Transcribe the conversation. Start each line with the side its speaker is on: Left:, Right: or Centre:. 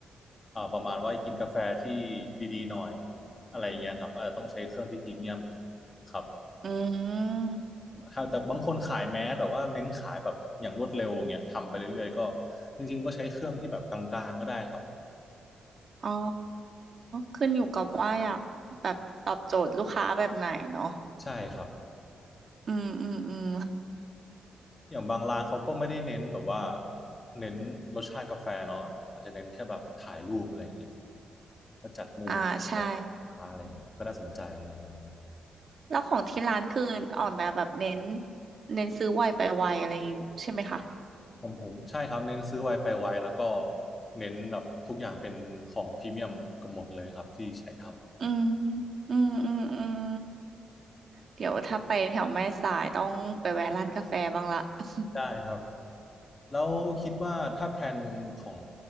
Left: เอ่อประมาณว่ากินกาแฟที่ดีๆหน่อยอะไรอย่างเงี้ยครับก็อาจจะต้องใช้เครื่องที่พรีเมียมครับ
Right: อืม
Left: ครับแต่บางคนขายแมสแต่ว่าเน้นขายแบบอย่างรวดเร็วเงี้ยทำไปเรื่อยๆก็จริงๆก็ใช้เครื่องที่แบบกลางๆก็ได้ครับ
Right: อ๋อขึ้นอยู่กับว่าอยากแบบตอบโจทย์ลูกค้าแบบไหนเนาะ
Left: ใช่ครับ
Right: อืมอืมอืม
Left: อย่างบางร้านเขาก็ไม่ได้เน้นแบบว่าเน้นรสชาติกาแฟเนาะอาจจะเน้นแค่แบบถ่ายรูปอะไรอย่างเงี้ยก็จัดมุมแบบค้าอะไรอย่างเงี้ยก็น่าสนใจอะไรอย่างเงี้ย
Right: อ่าใช่ แล้วของที่ร้านคือออกแนวแบบเน้นเน้นซื้อไวไปไวอะไรใช่ไหมคะ
Left: ผมผมใช่ครับเน้นซื้อไวไปไวแล้วก็เน้นแบบทุกอย่างเป็นของพรีเมียมเกับหมดเลยครับที่ใช้ทำ
Right: อืมอืมอืมอืมเดี๋ยวถ้าไปแถวแม่สายต้องไปแวะร้านกาแฟบ้างละ <laughs>
Left: ได้ครับแล้วคิดว่าถ้าแพลนของ